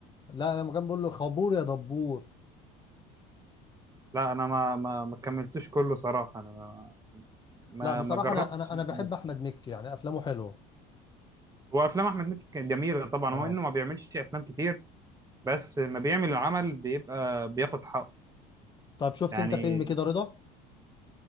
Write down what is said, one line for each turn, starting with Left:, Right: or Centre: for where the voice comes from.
Left: لا لما كان بقول له خبور يا دبور
Right: لا انا ما ما ما كملتوش كله صراحه انا ما ما
Left: لا بصراحة
Right: ما جربتش
Left: انا انا انا
Right: إني
Left: بحب
Right: أكمله.
Left: احمد مكي يعني افلامه حلوة
Right: هو افلام احمد مكي كانت جميله طبعا
Left: اه
Right: هو انه ما بيعملش افلام كتير بس ما بيعمل العمل بيبقى بياخد حقه
Left: طب شفت
Right: يعني
Left: انت فيلم كده رضا